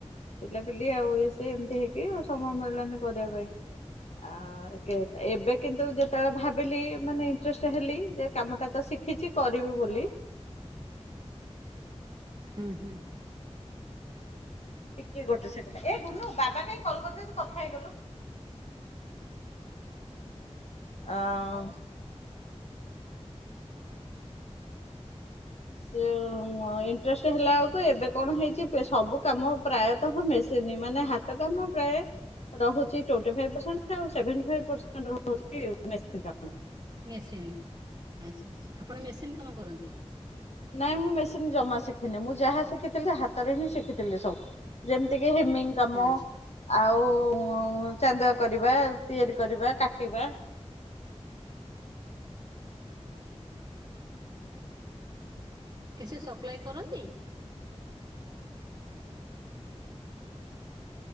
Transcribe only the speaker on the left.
ପିଲାପିଲି ଆଉ ଏ ସେ ଏମିତି ହେଇକି ଆଉ ସମୟ ମିଳିଲାନି କରିବା ପାଇଁ। ଆ ଏ ଏବେ କିନ୍ତୁ ଯେତେବେଳେ ଭାବିଲି ମାନେ ଇଁଟ୍ରେଷ୍ଟ ହେଲି ଯେ କାମଟାତ ଶିଖ ଶିଖିଛି କରିବି ବୋଲି।
ଟିକେ ଗୋଟେ ସେକଣ୍ଡ ଏ ଗୁନୁ ବାବା କାଇଁ କଲ କରିଛନ୍ତୁ ଟିକେ କଥା ହେଇଗଲ। ଆଁ। ସେ ଇଣ୍ଟରେଷ୍ଟ ହେଲା ବେଳକୁ ଏବେ କଣ ହେଇଛି ସବୁ କାମ ପ୍ରାୟତଃ ହ ମେସିନ୍ ନାଇଁ ମାନେ ହାତ କାମ ପ୍ରାୟ ରହୁଚି ଟୋଣ୍ଟି ଫାଇବ ପ୍ରସେଣ୍ଟ ଆଉ ସେଭେଣ୍ଟି ଫାଇବ ପ୍ରସେଣ୍ଟ ମେସିନ କାମ।
ନାଇଁ ମୁଁ ମେସିନ ଜମା ଶିଖିନି ମୁଁ ଯାହା ଶିଖିଥିଲି ହାତରେ ହିଁ ଶିଖିଥିଲି ସବୁ ଯେମିତି କି ହେମିଙ୍ଗ କାମ
ଆଉ ଉଁ ଚାନ୍ଦୁଆ କରିବା ତିଆରି କରିବା କାଟିବା।